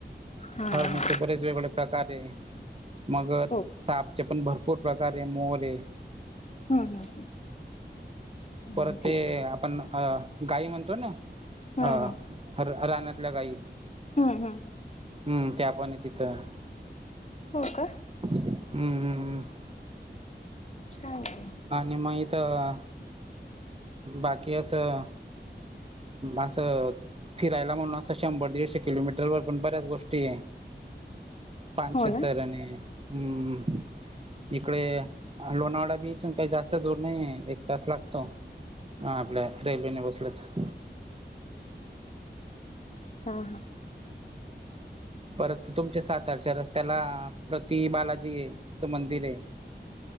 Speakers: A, on the left; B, on the right.
A: हा
B: हरणी
A: हा
B: चे बरेच वेगळे प्रकार आहे. मगर,
A: हो
B: सापचे पण भरपूर प्रकार आहे, मोर आहे.
A: हम्म, हम्म, हम्म.
B: परत
A: ह
B: ते
A: ठीक आहे
B: आपण अ गाई म्हणतो ना
A: हम्म
B: अ
A: हम्म
B: रा रानातल्या गायी.
A: हम्म, हम्म.
B: हम्म. त्या पण तिथं
A: हो का?
B: हम्म, हम्म, हम्म.
A: छान आहे.
B: आणि मग इथं बाकी असं असं फिरायला म्हणून असं शंभर दीडशे किलोमीटर वर पण बऱ्याच गोष ती पानशेत
A: हो ना
B: धरण आहे हम्म. इकडे लोणावळाा बी इथून काही जास्त दूर नाही एक तास लागतो. हा आपल्या रेल्वेने बसले तर.
A: हा, हा.
B: परत तुमच्या साताारच्या रस्त्याला प्रति बालाजीच मंदिर आहे.